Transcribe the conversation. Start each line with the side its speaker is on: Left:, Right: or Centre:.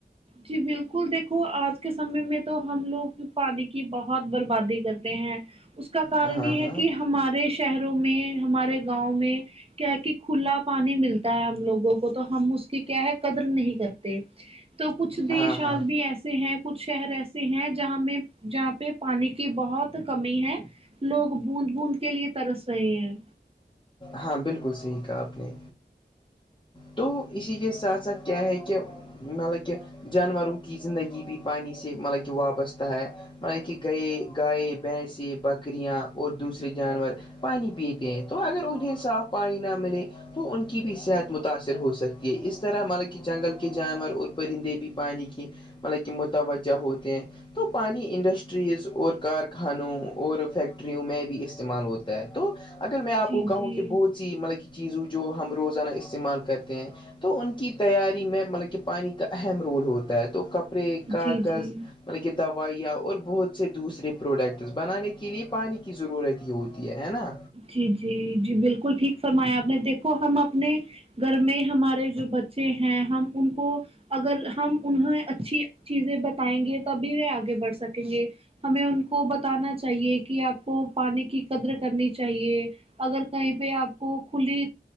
Right: جی بالکل دیکھو آج کے سمے میں تو ہم لوگ پانی کی بہت بربادی کرتے ہیں اس کا کارن
Left: ہاں
Right: یہ
Left: ہاں
Right: ہے کہ ہمارے شہروں میں ہمارے گاؤں میں کیا کہ کھلا پانی ملتا ہے ہم لوگوں کو تو ہم اس کی کیا ہے قدر نہیں کرتے تو کچھ دیش
Left: ہاں ہاں
Right: آج بھی ایسے ہیں کچھ شہر ایسے ہیں جہاں میں جہاں پہ پانی کی بہت کمی ہے لوگ بوند بوند کے لیے ترس رہے ہیں
Left: ہاں بالکل صحیح کہا آپ نے تو اسی کے ساتھ ساتھ کیا ہے کہ مطلب کہ جانوروں کی زندگی بھی پانی سے مطلب کہ وابستہ ہے مطل کہ گئے گائے بھینس بکریاں اور دوسرے جانور پانی پیتے ہیں تو اگر انہیں صاف پانی نہ ملے تو ان کی بھی صحت متاث سر ہو سکتی ہے اس طرح مطلب کہ جنگل کے جانور اور پرندے بھیی پانی کی مطلب کہ متوجہ ہوتے ہیں تو پانی انڈسٹریز اور کارخانوں اور فیکٹریوں میں بھی استعمال ہوتا تو اگر میں آپ
Right: جی
Left: کو کہوں
Right: جی
Left: کہ بہت سی مطلب کی چیزوں جو ہم روزانہ استعمال کرتے ہیں تو ان کی تیاری میں مطلب کہ پانی کا اہم رول ہوتا ہے تو کپ پری کاغذ
Right: جی جی
Left: مطلب کہ دوائیاں اور بہت سے دوسرے پروڈکٹس بنانے کے لیے پانی کی ضرورت ہی ہوتی ہے ہے نا
Right: جی جی جی بالکل ٹھیک فرمایا آپ نے دیکھو ہم اپنے گھر میں ہمارے جو بچے ہیں ہم ان کو اگر ہم انہیں اچھی چیزیں بتائیں گے تبھی وہ آگے بڑھ سکیں گے ہمیں ان کو بتانا چاہیے کہ آپ کو پانی کی قدر کرنی چاہیے اگر کہیں پہ آپ کو کھلی